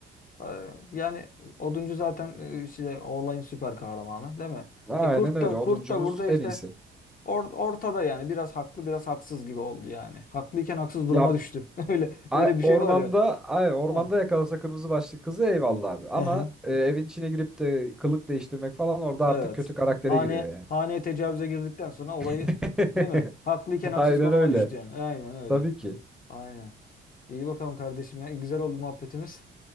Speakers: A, on the left; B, in the centre.
A: Ee, yani Oduncu zaten e, işte o olayın süper kahramanı değil mi?
B: Aynen
A: E Kurt
B: öyle.
A: da
B: Oduncumuz
A: Kurt da burada işte
B: en iyisi.
A: or- ortada yani biraz haklı biraz haksız gibi oldu yani. Haklıyken haksız
B: Ya
A: duruma düştü. <laughs> Öyle
B: Ay,
A: öyle bir
B: ormanda
A: şey var ya.
B: ay ormanda
A: Ha.
B: yakalasa kırmızı başlı kızı eyvallah abi. Ama
A: Aha.
B: e, evin içine girip de kılık değiştirmek falan orada
A: Evet.
B: artık kötü karaktere
A: Hane,
B: giriyor yani.
A: haneye tecavüze girdikten sonra olayı
B: <laughs>
A: değil mi? Haklıyken haksız
B: Aynen
A: konuma
B: öyle.
A: düştü yani. Aynen öyle.
B: Tabii ki.
A: Aynen. İyi bakalım kardeşim ya. Güzel oldu muhabbetimiz.